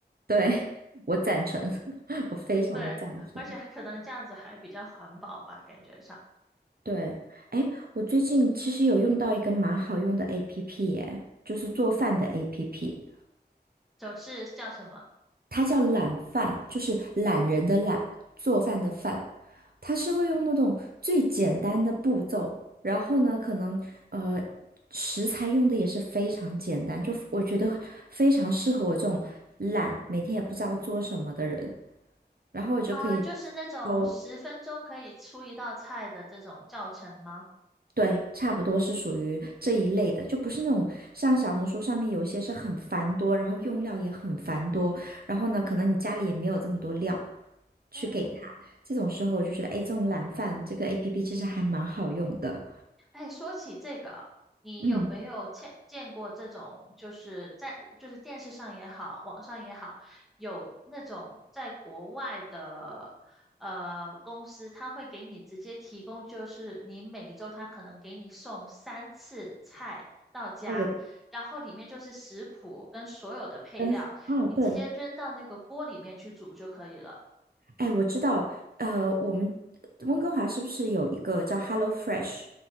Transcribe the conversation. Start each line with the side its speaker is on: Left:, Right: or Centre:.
Right: 对，我赞成，<laughs> 我非常的赞成。
Centre: 对，而且可能这样子还比较环保吧，感觉上
Right: 对，哎，我最近其实有用到一个蛮好用的 APP，哎，就是做饭的 APP。
Centre: 就是叫什么
Right: 它叫懒饭，就是懒人的懒，做饭的饭。它是会用那种最简单的步骤，然后呢，可能呃食材用的也是非常简单，就我觉得非常适合我这种懒，每天也不知道做什么的人。然后我就可以
Centre: 啊、就是那种十分钟可以出一道菜的这种教程吗？
Right: 哦，对，差不多是属于这一类的，就不是那种像小红书上面有一些是很繁多，然后用料也很繁多，然后呢，可能你家里也没有这么多料，
Centre: 嗯。
Right: 去给他。这种时候我就觉得，哎，这种懒饭这个 APP 其实还蛮好用的。
Centre: 哎，说起这个，你有没有见见过这种，
Right: 嗯，
Centre: 就是在就是电视上也好，网上也好，有那种在国外的呃公司，他会给你直接提供，就是你每一周他可能给你送三次菜到家，
Right: 那我就
Centre: 然后里面就是食谱跟所有的配料，
Right: 跟啊，
Centre: 你直接扔到那个锅里面去煮就可以了。
Right: 对，哎，我知道，呃，我们温哥华是不是有一个叫 Hello Fresh？